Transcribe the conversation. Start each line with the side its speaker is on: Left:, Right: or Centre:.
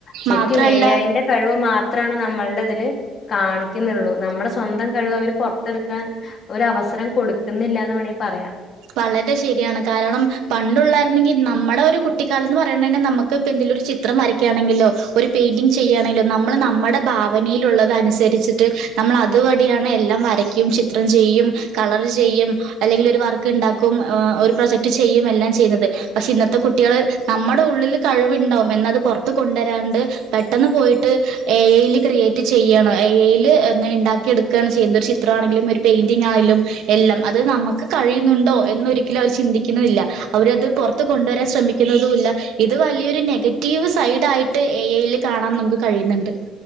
Left: ശരിക്കും
Right: മാത്രല്ല
Left: എ ഐന്റെ കഴിവ് മാത്രാണ് നമ്മള്. തിൽ കാണിക്ക്ന്നുള്ളൂ നമ്മുടെ സ്വന്തം കഴിവ് അവര് പൊറത്തെടുക്കാൻ ഒരു അവസരം കൊടുക്കുന്നില്ലാന്ന് വേണെങ്കിൽ പറയാം.
Right: വളരെ ശരിയാണ് കാരണം പണ്ടയുള്ളായിരുന്നെങ്കിൽ നമ്മടെ ഒരു കുട്ടിക്കാലം എന്ന് പറയണ തന്നെ നമുക്ക് ഇപ്പ എന്തെല്. ലൊരു ചിത്രം വരയ്ക്കാണെങ്കിലോ ഒരു പെയിന്റിംഗ് ചെയ്യാണെങ്കിലോ നമ്മള് നമ്മടെ ഭാവനയിൽ ഉള്ളത് അനുസരിച്ചിട്ട് നമ്മൾ അത് വഴിയാണ് എല്ലാം വരക്കും ചിത്രം ചെയ്യും കളർ ചെയ്യും അല്ലെങ്കിൽ ഒര് വർ ക്ക് ണ്ടാക്കും ഒരു പ്രൊജക്ട് ചെയ്യും എല്ലാം ചെയ്യ്ന്നത് പക്ഷെ ഇന്നത്തെ കുട്ട്യാൾ നമ്മടെ ഉള്ളിൽ കഴിവ ണ്ടാവും എന്നാത് പൊറ്ത്ത്കൊണ്ടരാണ്ട് പെട്ടന്ന് പോയിട്ട് എഐ ൽ ക്രിയേറ്റ് ചെയ്യണം എഐ ൽ ഇണ്ടാക്കി എട്ക്കാണ് ചെയ്യുന്നത് ഒര് ചിത്രാണെങ്കിലും ഒരു പെയിന്റിങ്ങാണേലും എല്ലാം അത് നമ്മക്ക് കഴിയ ന്നുണ്ടോ എന്നൊരിക്കലും അവർ ചിന്തിക്ക്ന്നുല്ല അവരത് പൊറ് ത്ത് കൊണ്ടൊരാൻ ശ്രമിക്കുന്നതൂല്ല ഇത് വലിയൊരു നെഗ റ്റീവ് സൈഡായിട്ട് എഐ ൽ കാണാൻ നമുക്ക് കഴിയുന്നുണ്ട്